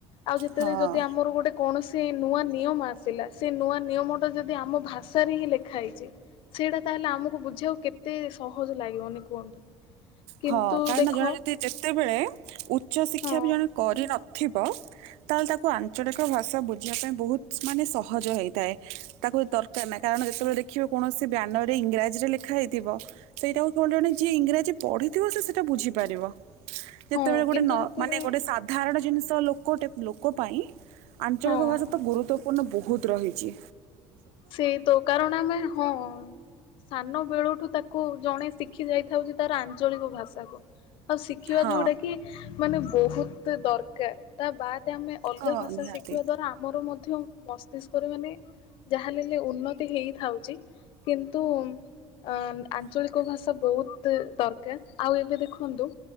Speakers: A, on the left (about 55°); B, on the right (about 80°).
A: ଆଉ ଯେତେବେଳେ
B: ହଁ
A: ଯଦି ଆମ ମୋର ଗୋଟେ କୌଣସି ନୂଆ ନିୟମ ଆସିଲା ସେ ନୂଆ ନିୟମ ଟା ଯଦି ଆମ ଭାଷାରେ ହିଁ ଲେଖା ହେଇଛି ସେଇଟା ତାହେଲେ ଆମକୁ ବୁଝେଇକୁ କେତେ ସହଜ ଲାଗିବନେ କୁହନ୍ତୁ। କିନ୍ତୁ
B: ହଁ କାରଣ
A: ଦେଖ
B: ଜଣେ ଯଦି ଯେତେବେଳେ ଉଚ୍ଚ ଶିକ୍ଷା
A: ହଁ
B: ବି ଜଣେ କରିନଥିବ ତାହେଲେ ତାକୁ ଆଞ୍ଚଳିକ ଭାଷା ବୁଝିବା ପାଇଁ ବହୁତ ମାନେ ସହଜ ହେଇଥାଏ ତାକୁ ଦର କାର ନାଇ କାରଣ ଯେତେବେଳେ ଦେଖିବେ କୌଣସି ବ୍ୟାନର ରେ ଇଂରାଜୀରେ ଲେଖା ହେଇଥିବ ସେଇଟାକୁ <unintelligible> ଯିଏ ଇଂରାଜୀ ପଢିଥିବ ସିଏ ସେଇଟା ବୁଝିପାରିବ। ଯେତେବେଳେ
A: ହଁ
B: ଗୋଟେ
A: କିନ୍ତୁ
B: ନ
A: ଯେତେବେଳେ
B: ମାନେ ଗୋଟେ ସା ଧାରଣ ଜିନିଷ ଲୋକୋଟେ ଲୋକୋ ପାଇଁ ଆଞ୍ଚଳିକ
A: ହଁ
B: ଭାଷାତ ଗୁରୁତ୍ୱ ପୁନଃ ବହୁତ୍ ରହିଚି।
A: ସେଇତ କାରଣ ଆମେ ହଁ। ସାନ ବେଳୁଠୁ ତାକୁ ଜଣେ ଶିଖି ଯାଇଥାଉଚି ତାର ଆଞ୍ଚଳିକ ଭାଷାକୁ। ଆଉ ଶିଖିବା
B: ହଁ
A: ଯୋଉଟାକି ମାନେ ବହୁତୁ ଦରକାର୍ ତା ବାଦ ଆମେ ଅଲଗା
B: ହଁ
A: ଭାଷା
B: ନିହାତି।
A: ଶିଖିବା ଦ୍ଵାରା ଆମର ମଧ୍ୟ ମସ୍ତିଷ୍କରେ ମାନେ ଯାହାଲେଲେ ଉନ୍ନତି ହେଇଥାଉଚି କିନ୍ତୁ ଅ ଆଞ୍ଚଳିକ ଭାଷା ବହୁତୁ ଦରକାର, ଆଉ ଏବେ ଦେଖନ୍ତୁ